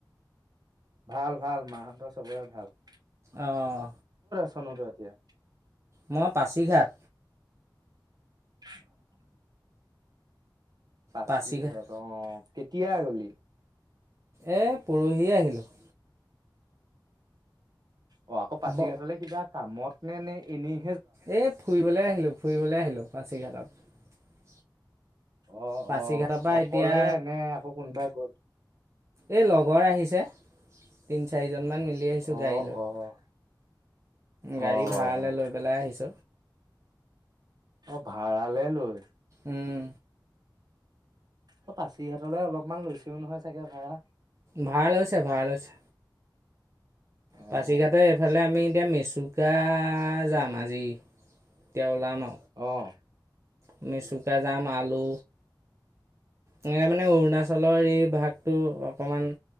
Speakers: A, on the right; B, on the right.
A: ভাল ভাল, মাহঁতৰ চবৰে ভাল।
B: আহঁ।
A: চনটো এতিয়া?
B: মই পাছিঘাট।
A: অ <inaudible> পাচিঘাটত
B: পাছিঘাট
A: অ, কেতিয়া গলি?
B: এ পৰহিয়ে আহিলোঁ।
A: অ আকৌ পাচিঘাটলে
B: ব
A: কিবা কামত ম নে এনেই
B: এ ফুৰিবলৈ আহিলো ফুৰিবলৈ আহিলো পাছিঘাটত।
A: অ
B: পাছিঘাটৰ
A: অ,
B: পৰা
A: অকলে
B: এতিয়া
A: এনে আকৌ কোনবাই গ'ল?
B: এই লগৰ আহিছে তিনি চাৰি কেইজনমান মিলি আহিছো
A: অ'
B: গাড়ী লৈ।
A: অ'
B: গাড়ী
A: অ'
B: ভাড়ালৈ লৈ পেলাই আহিছ।
A: অ ভাড়ালে লৈ।
B: উম।
A: অ পাচিঘাটলে অলপমান লৈছেও নহয় চাগে ভাড়া।
B: ভাড়া লৈছে ভাড়া লৈছে।
A: অ'
B: পাচিঘাটে এইফালে আমি এতিয়া মেচুকা যাম আজি, এতিয়া ওলাম আৰু।
A: অহ।
B: আমি চুকা জাম আলু, এনেকৈ মানে অৰুণাচলৰ এই ভাগটো অকণমান